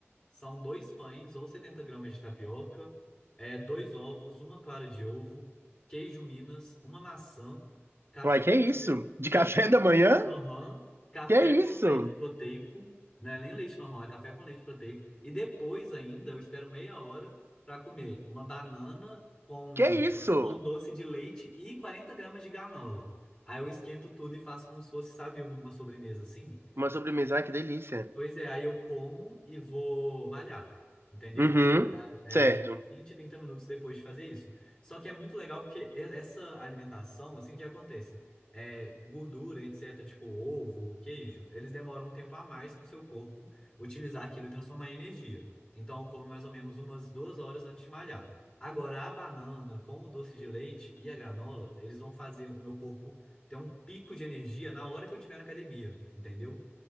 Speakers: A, on the left (about 20°); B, on the right (about 55°).
A: são dois pães ou 70 gramas de tapioca, é, dois ovos, uma clara de ovo, queijo Minas, uma maçã, café
B: Uai, que é isso?
A: com leite,
B: De
A: café,
B: café da manhã?
A: aham, café
B: Que é isso?
A: com leite proteico, não é nem leite normal, é café com leite proteico. E depois ainda, eu espero meia hora para comer uma banana com
B: Que é isso?
A: com doce de leite e 40 gramas de granola. Aí eu esquento tudo e faço como se fosse, sabe, uma sobremesa assim.
B: Uma sobremesa, ai, que delícia.
A: Pois é, aí eu como e vou malhar, entendeu?
B: Uhum,
A: Vou malhar, É,
B: certo.
A: 20, 30 minutos depois de fazer isso. Só que é muito legal porque e- essa alimentação, assim, o que acontece? É, gordura, etc., tipo ovo, queijo, eles demoram um tempo a mais para o seu corpo utilizar aquilo e transformar em energia. Então, eu como mais ou menos umas duas horas antes de malhar. Agora, a banana com o doce de leite e a granola, eles vão fazer o meu corpo ter um pico de energia na hora que eu estiver na academia, entendeu?